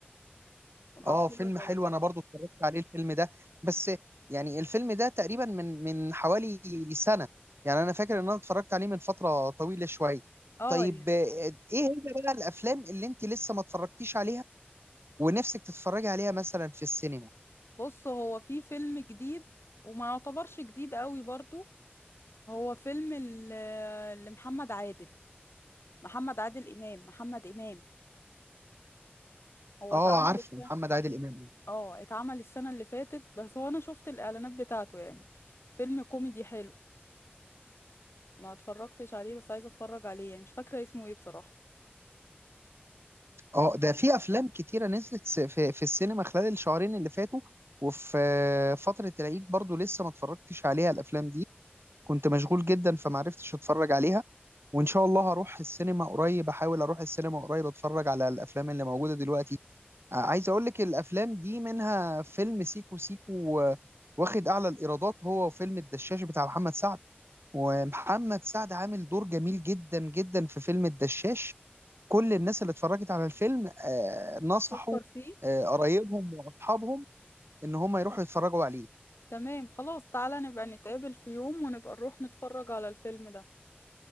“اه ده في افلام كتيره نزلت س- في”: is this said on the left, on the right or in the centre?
Right